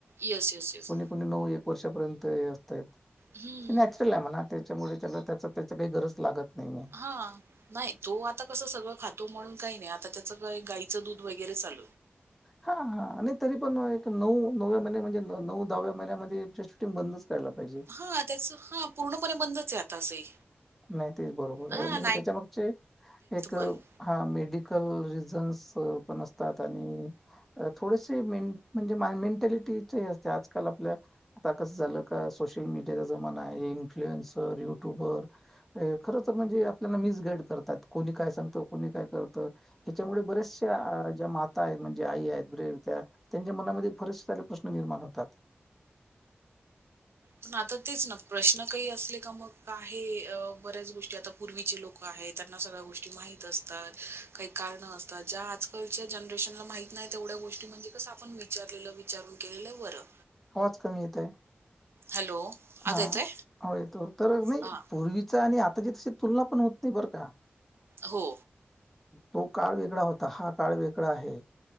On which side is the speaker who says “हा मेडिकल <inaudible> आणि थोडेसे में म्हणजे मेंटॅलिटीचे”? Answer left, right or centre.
Centre